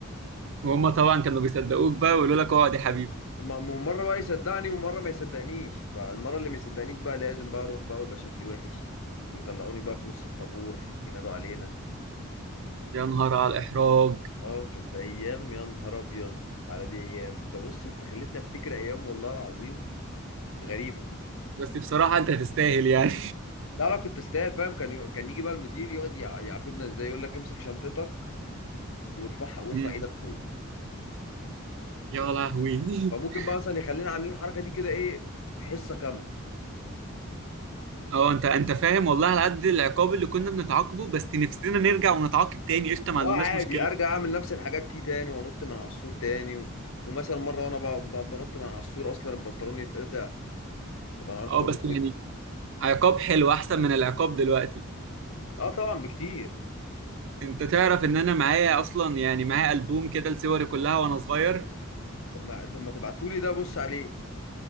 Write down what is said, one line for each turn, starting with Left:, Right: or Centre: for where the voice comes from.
Right: وهم طبعا كانوا بيصدقوك بقى ويقولوا لك اقعد يا حبيبي
Left: ما- ما هو مره بقى يصدقني ومره ما يصدقنيش فالمره اللي ما يصدقنيش بقى لازم بقى اروح بقى ويبقى شكلي وحش ويطلعوني بقى في نص الطابور ينادوا علينا
Right: يا نهار على الاحراج
Left: اه كانت ايام يا نهار ابيض على دي ايام انت بص انت خليتني افتكر ايام والله العظيم غريبه
Right: بس بصراحه انت تستاهل يعني
Left: لا لا كنت استاهل فاهم كان ي- كان يجي بقى المدير يقعد يع- يعاقبنا ازاي يقول لك امسك شنطتك وارفعها وارفع
Right: <laughs> مم.
Left: ايدك فوق
Right: يا لهوي
Left: فممكن
Right: <laughs>
Left: بقى مثلا يخلينا عاملين الحركه دي كده ايه حصه كامله
Right: اه انت انت فاهم والله على قد العقاب اللي كنا بنتعاقبه بس نفسنا نرجع ونتعاقب تاني قشطه ما عندناش
Left: اه عادي
Right: مشكله
Left: ارجع اعمل نفس الحاجات دي تاني وانط من على السور تاني و... ومثلا مره وانا ب... ب... بنط من على السور اصلا البنطلون يتقطع طب انا هروح
Right: اه
Left: اقول
Right: بس
Left: لهم
Right: يعني
Left: ايه في-
Right: عقاب حلو احسن من العقاب دلوقتي
Left: اه طبعا بكتير
Right: انت تعرف ان انا معايا اصلا يعني معايا البوم كده لصوري كلها وانا صغير
Left: طب ما طب ما تبعتولي ده بص عليه